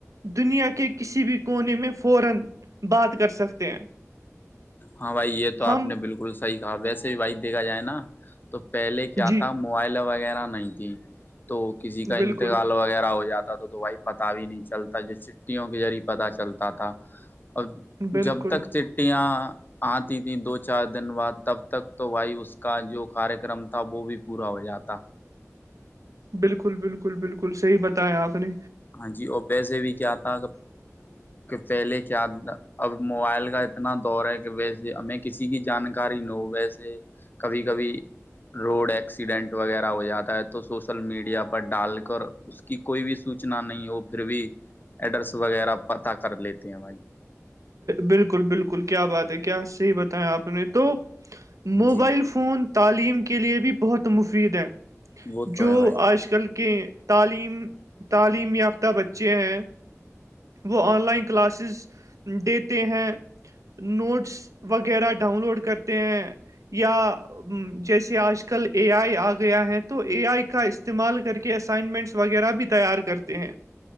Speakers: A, on the right; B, on the left.
A: دنیا کے کسی بھی کونے میں فورا بات کر سکتے ہیں
B: ہاں بھائی یہ تو آپ
A: ہم
B: نے بالکل صحیح کہا ویسے بھی بھائی دیکھا جائے نا تو پہلے کیا
A: جی
B: تھا موبائل وغیرہ نہیں تھی تو کسی کا
A: بالکل
B: انتقال وہ وغیرہ ہو جاتا تو تو بھائی پتتا بھی نہیں چلتا جو چھٹیوں کے ذریع پتا چلتا تھا اب
A: بالکل
B: جب تک چٹیاں آتی تھیں دو چار دن بعد تب تک تو بھائی اس کا جو کارکرم تھا وہ بھی <unintelligible> پورا ہو جاتا
A: بالکل بالکل بالکل صحیح بتایا آپ نے
B: ہاں جی اور ویسے بھی کیا تھا ا <unintelligible>
A: ہاں <unintelligible>
B: کہ پہلے کیا اب موبائل کا اتنا دور ہے کہ ویسے ہمیں کسی ک کی جانکاری نو ویسے کبھی کبھی روڈ ایکسیڈنٹ وغیرہ ہو جاتا ہے تو سوشل میڈیا پر ڈال کر اس کی کوئی بھی سوچنا نہیں ہو پھر بھی ایڈرس وغیرہ پتا کر لیتے ہیں بھائی
A: بالکل بالکل کیا بات ہے کیا صحیح بتیایں آپ نے تو موبائل
B: جی
A: فون تعلیم کے لیے بھی بہت مفید ہے
B: وہ تو
A: جو
B: ہے بھائی
A: آج کل کے تعلیم تعلیم یافتہ بچے ہیں وہ آن لائن کلاسز دیتے ہیں نوٹس وغیرہ ڈاؤن لوڈ کرتے ہیں یا جیسے آج کل اے آئی آ گیا ہے تو اے آئی کا استعمال کر کے اسائنمنٹس وغیرہ بھی تیار کرتے ہیں